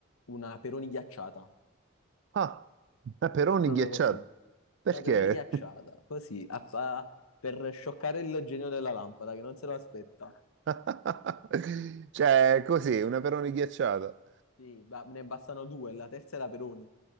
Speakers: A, on the left (about 75°); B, on the right (about 55°).
A: una Peroni ghiacciata,
B: Ah, peperoni
A: proprio
B: ghiacciati.
A: così,
B: Perché?
A: una Peroni ghiacciata, così, a fa- per scioccare il genio della lampada che non se lo aspetta.
B: <laughs> Cioè, così, una peroni ghiacciata.
A: Sì, ba- ne bastano due, la terza è la Peroni.